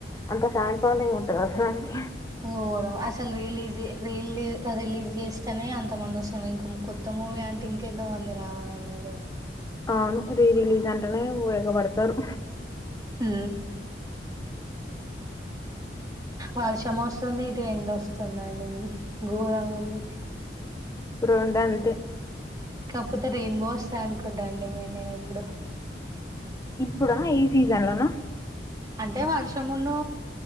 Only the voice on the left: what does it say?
అంత ఫ్యాన్ ఫాలోయింగ్ ఉంటంది అసలునికి
అవును రీరిలీజంటనే ఉపయోగపడతారు
రొండంతే
ఇప్పుడా ఈ సీజన్ ల నా